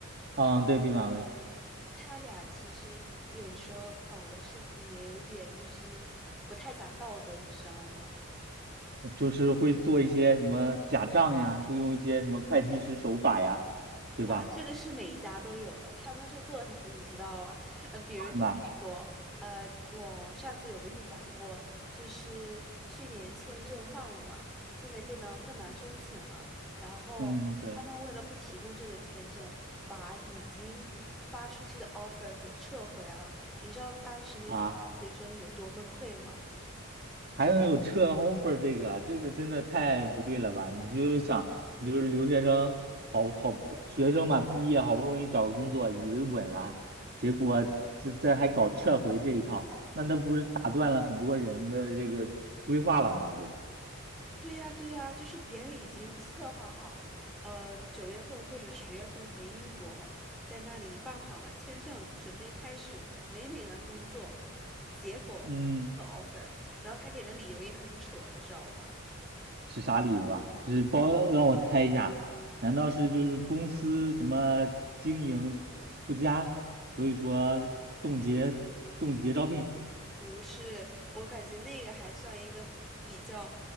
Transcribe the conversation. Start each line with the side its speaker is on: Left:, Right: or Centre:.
Right: 嗯，对，毕马威
Centre: 他俩其实有时候搞的事情也有点就是不太讲道德，你知道吗？
Right: 呃就是会做一些什么假账呀，会用一些什么会计师手法呀，对吧？
Centre: 哇，这个是每一家都有的。他们是做什么，你知道吗？呃，比如在英国，
Right: 是吧？
Centre: 呃，我上次有跟你讲过，就是去年签证换了嘛，现在变得更难申请了。然后他们为了不提供这个签证，
Right: 嗯，对
Centre: 把已经发出去的 offer 给撤回了。你知道当时那些学生有多崩溃吗？
Right: 啊。还能有撤 offer 这个啊，这个真的太不对了吧？你就想，你就是留学生，好好学生嘛，毕业好不容易找个工作，以为稳了，结果这这还搞撤回这一套，那那不是打断了很多人的这个规划了吗？就，
Centre: 对呀，对呀，就是别人已经策划好，呃，九月份或者十月份回英国，在那里办好了签证，准备开始美美的工作，结果这个
Right: 嗯，
Centre: offer，然后他给的理由也很扯，你知道吗？
Right: 是啥理由啊？是包，让我猜一下，难道是就是公司什么经营不佳，所以说冻结冻结招聘
Centre: 不是，我感觉那个还算一个比较